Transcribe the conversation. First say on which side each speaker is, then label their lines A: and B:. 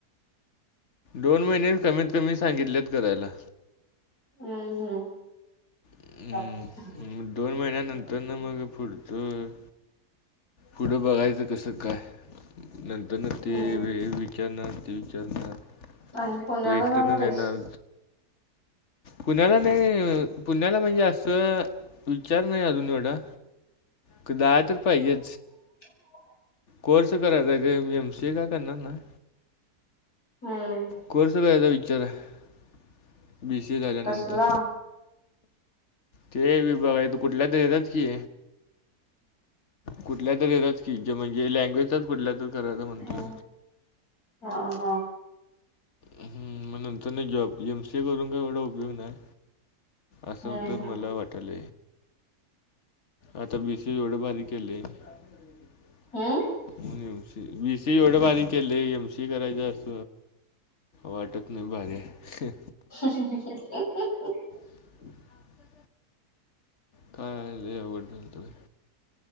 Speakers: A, on the left; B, on the left.
A: दोन महिने कमीत कमी सांगितलेत करायला.
B: हो हो
A: हम्म
B: <unintelligible>
A: मग दोन महिन्यानंतर ना मग पुढचं पुढं बघायचं कसं काय नंतर न ते
B: हम्म
A: वेळ होईल. विचारणार ते विचारणार
B: आणि पुण्याला
A: तो एक्स्टनर
B: जाणार आहेस?
A: येणार. कुण्याला नाही पुण्याला म्हणजे असं विचार नाही अजून एवढा कदाय तर पाहिजे.
B: <inaudible>
A: कोर्स करायचा का मी एम सी का करणार ना
B: हाय
A: कोर्स करायचा विचार आहे बी सी ए झाल्यानंतर
B: कसला?
A: ते विभाग आहे कुठल्या तर येतात की कुठल्या तरी रच कीज म्हणजे लँग्वेततच कुठल्या तर करायच म्हणतो
B: हम्म
A: ना
B: हा हा
A: हम् मग नंतर नाही जॉब एमसी ए करून काही एवढा उपयोग नाही. असंद्दल
B: हम्म हम्म
A: मला वाटेल आता बी सी ए एवढे भारी केल. <unintelligible>
B: हम्म
A: बी सी एवढ भारी केलय. एमशी करायच अस वाटत नाही भाारी आहे
B: <inaudible> ह <inaudible>
A: <inaudible> काय लय अवघड झालते व्हय